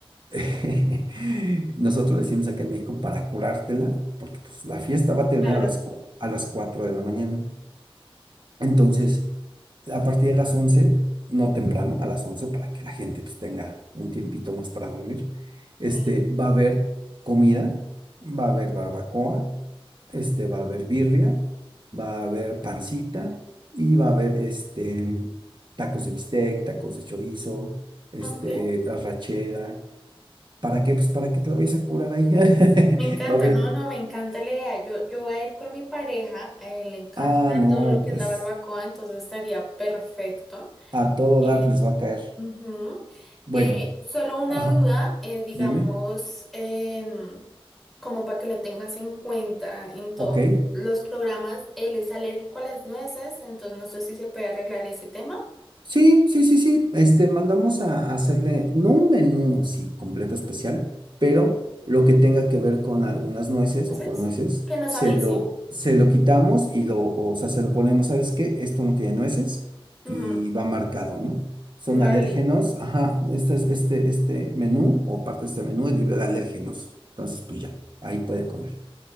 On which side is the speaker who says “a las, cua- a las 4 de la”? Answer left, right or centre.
Right